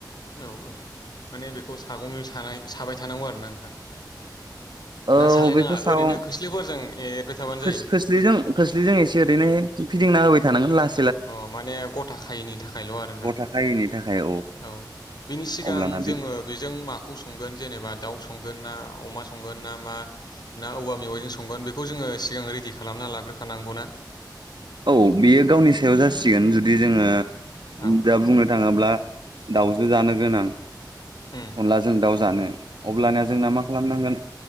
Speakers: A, on the left; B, on the right.
A: औ माने बेखौ सागंजों सानाय साबाय थानांगौ आरोना <inaudible>
B: औ
A: सालायनाङा
B: बेखौ सागं
A: ओरैनो खोस्लिफोरजों एरबाय थाबानो
B: खो-खोस्लि
A: जायो
B: खोस्लिजों एसे ओरैनो बिदिंना होबाय थांगोन लास
A: अ माने गथा खायिनि थाखायल' आरोना
B: गथा खायैनि थाखाय
A: औ बिनि सिगां
B: अब्लाना बे
A: जोङो बेजों माखौ संगोन जेनेबा दाउ संगोन ना अमा संगोन ना मा ना औवा मेगाइजों संगोन बेखौ जोङो सिगां रेडि खालामना लाग्रोखानांगौ ना
B: औ बेयो गावनि सायाव जासिगोन जुदि जोङो
A: औ
B: दा बुंनो थाङोब्ला दाउजो जानो गोनां
A: उम
B: अनला जों दाउ जानो अब्लानया जोंना मा खालामनांगोन